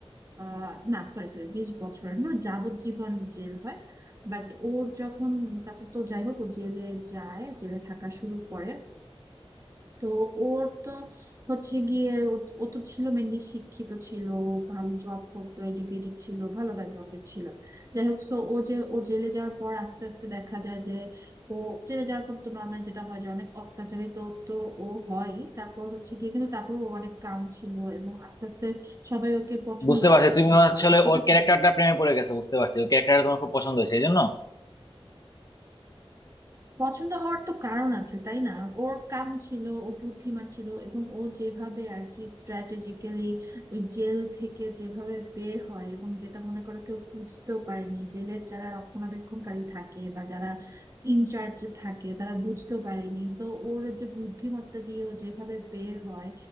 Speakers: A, on the right; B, on the left.
A: আহ, না সরি সরি বিশ বছরের না যাবজ্জীবন জেল হয় বাট ওর যখন তারপর তো যাই হোক ও জেলে যায় জেলে থাকা শুরু করে তো ওর তো হচ্ছে গিয়ে ও ও তো ছিল মেনলি শিক্ষিত ছিল ও ভালো জব করতো এডুকেটেড ছিল ভালো ব্যাকগ্রাউন্ডের ছিল যাই হোক সো ও যে ও জেলে যাওয়ার পর আস্তে আস্তে দেখা যায় যে ও জেলে যাওয়ার পর তো নর্মালি যেটা হয় যে অনেক অত্যাচারিত তো ও হয় তারপর হচ্ছে গিয়ে কিন্তু তারপর ও অনেক কাম ছিল এবং আস্তে আস্তে সবাই ওকে পছন্দ
B: বুঝতে পারছি
A: করা
B: তুমি
A: শুরু
B: আসলে
A: করে ঠিক
B: ওর
A: আছে
B: ক্যারেক্টারটা প্রেমে পড়ে গেছো বুঝতে পারছি ওই ক্যারেক্টারটা তোমার খুব পছন্দ হয়েছে এই জন্য
A: পছন্দ হওয়ার তো কারণ আছে তাই না ওর কাম ছিল ও বুদ্ধিমান ছিল এবং ও যেভাবে আর কি স্ট্র্যাটেজিক্যালি ওই জেল থেকে যেভাবে বের হয় এবং যেটা মনে করে কেউ বুঝতেও পারেনি জেলের যারা রক্ষণাবেক্ষণকারী থাকে বা যারা ইনচার্জ থাকে তারা বুঝতেও পারেনি তো ওর যে বুদ্ধিমত্তা দিয়ে ও যেভাবে বের হয়